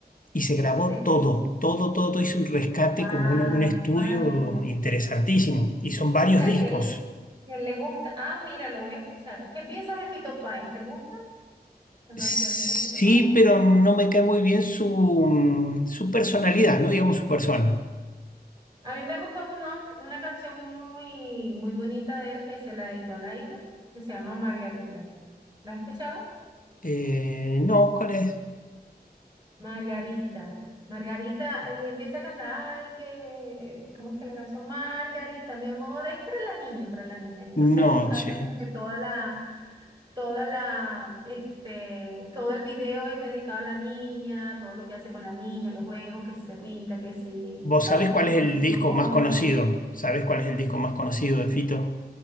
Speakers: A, on the left; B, on the right.
A: Y se grabó
B: Gieco,
A: todo, todo, todo, todo. Hizo un rescate
B: Wow,
A: como un, un estudio
B: qué maravilla.
A: interesantísimo. Y son varios
B: O sea,
A: discos.
B: que él, que él le gusta. Ah, mira, lo voy a escuchar. ¿Qué piensas de Fito Páez? ¿Te gusta la
A: Sí,
B: canción de Fito Páez?
A: pero no me cae muy bien su, su personalidad, no digamos su persona.
B: A mí me gusta una, una canción muy, muy bonita de él que se la dedicó a la hija, que se llama Margarita. ¿La has escuchado?
A: Eh, no, ¿cuál es?
B: Margarita. Margarita y empieza a cantar, ay, que, ¿cómo es que la canción? Margarita, mi amor, es para la niña, para la niña. Entonces
A: Noche.
B: hace como que toda la, toda la, este, todo el video es dedicado a la niña, todo lo que hace con la niña, los juegos, que si se pinta, que si,
A: ¿Vos
B: todo,
A: sabés cuál
B: todo,
A: es el disco
B: no comen.
A: más conocido? ¿Sabés cuál es el disco más conocido de Fito?